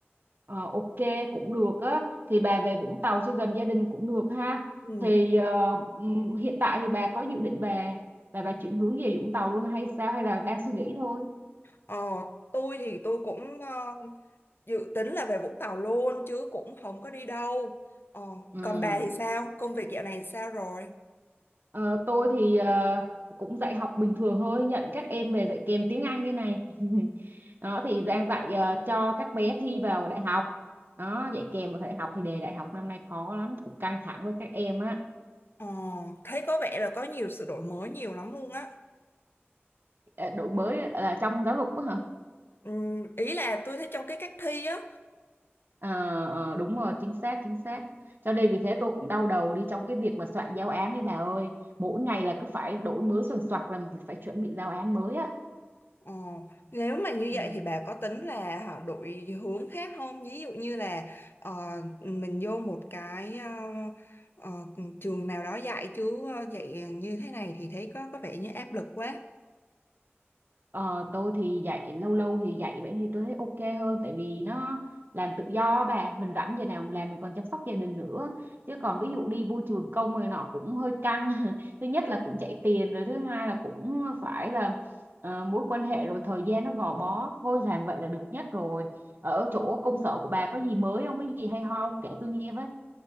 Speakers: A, on the right; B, on the left.
A: ờ, ok, cũng được á. Thì bà về Vũng Tàu cho gần gia đình cũng được ha.
B: ừ.
A: Thì ờ, ừm, hiện tại thì bà có dự định bà, bà, bà chuyển hướng về Vũng Tàu luôn hay sao? Hay là đang suy nghĩ thôi?
B: ờ, tôi thì tôi cũng ờ, dự tính là về Vũng Tàu luôn chứ cũng không có đi đâu ờ,
A: Ừ.
B: còn bà thì sao công việc dạo này sao rồi
A: Ờ, tôi thì ờ, cũng dạy học bình thường thôi, nhận các em về dạy kèm tiếng Anh đây này. <laughs> Đó thì đang dạy ờ, cho các bé thi vào đại học. Đó, dạy kèm vào đại học thì đề đại học năm nay khó lắm, cũng căng thẳng với các em á.
B: ờ, thấy có vẻ là có nhiều sự đổi mới nhiều lắm luôn á
A: Ờ, Đổi mới là trong giáo dục á hả?
B: ừ, ý là tôi thấy trong cái cách thi á
A: Ờ, ờ, đúng rồi, chính xác, chính xác. Cho nên vì thế tôi cũng đau đầu đi trong cái việc mà soạn giáo án đấy bà ơi. Mỗi ngày là cứ phải đổi mới soạn soạc là mình phải chuẩn bị giáo án mới á.
B: Ờ, nếu mà như
A: Ừ.
B: vậy thì bà có tính là họ đổi hướng khác không? Ví dụ như là ờ, mình vô một cái ờ, ờ, trường nào đó dạy chứ ờ, dạy như thế này thì thấy có có vẻ như áp lực quá.
A: Ờ, tôi thì dạy lâu lâu thì dạy vậy thì tôi thấy ok hơn tại vì nó làm tự do bà mình rảnh giờ nào mình làm mình còn chăm sóc gia đình nữa chứ còn ví dụ đi vô trường công người nọ cũng hơi căng <laughs> thứ nhất là cũng chạy tiền rồi thứ hai là cũng phải là ờ, mối quan hệ rồi thời gian nó gò bó thôi làm vậy là được nhất rồi ở chỗ công sở của bà có gì mới không có gì hay ho kể tôi nghe với